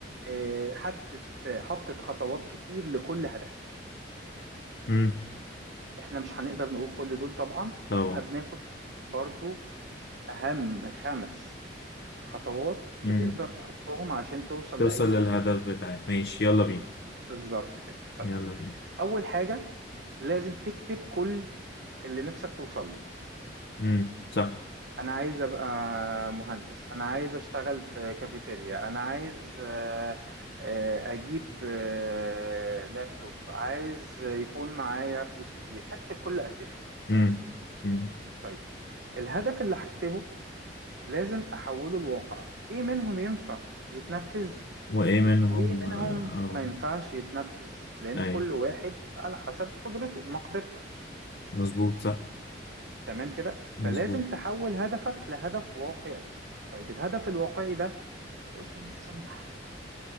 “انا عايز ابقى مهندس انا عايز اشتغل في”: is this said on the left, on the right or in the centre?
Right